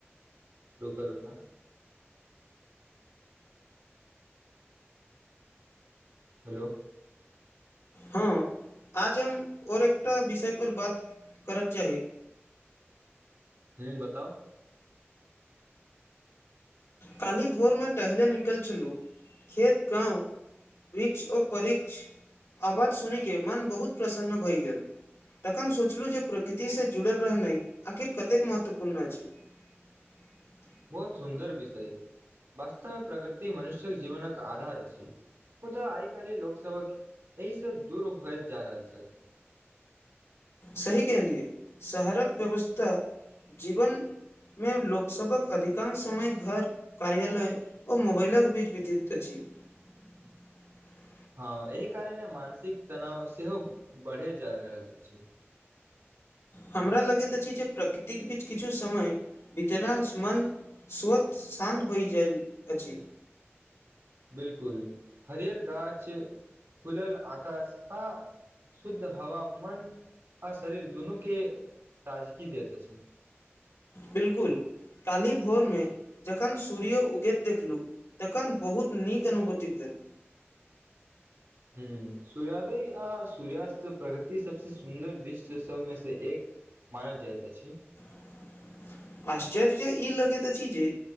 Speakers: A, on the right; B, on the left.
A: रूका रूका हेलो
B: हँ आज हम और एकटा विषय पर बात करत चाही
A: ह्म बताउ
B: काली भोरमे टहले निकल छलहुँ खेत गाँव वृक्ष आ परृक्ष आवाज सुनयके मन बहुत प्रसन्न भए गेल तखन सोचलहुँ जे प्रकृतिसँ जुड़ल रहनाइ आखिर कतेक महत्वपूर्ण अछि <unintelligible>
A: बहुत सुन्दर विषय वास्तवमे प्रकृति मनुष्यक जीवनक आधार अछि मु तऽ आइ काल्हि लोकसभक एहिसँ दूर होइत जा रहल छल
B: सही कहलियए शहरक व्यवस्था जीवन मे लोकसभक अधिकांश समय घर कार्यालय आर मोबाइलक बीच वितित अछि <unintelligible>
A: हँ एहि कारणे मानसिक तनाव सेहो बढ़े जा रहल छै
B: हमरा लगैत अछि जे प्रकृतिक के बीच किछु समय वितरानश मन स्वत शान्त भइ जाल अछि
A: बिलकुल हरिहर गाछ खुलल आकाश आ शुद्ध हवा मन आ शरीर दुनू के ताजगी देैत अछि
B: बिलकुल काली भोरमे जखन सूर्य उगैत देखलहु तखन बहुत नीक अनुभूति भेल
A: ह सूर्योदय आ सूर्यस्त प्रगति सबस सुन्दर दृश्य सबमे से एक मानल जाइत छी
B: <unintelligible> आश्चर्य ई लगैत अछि जे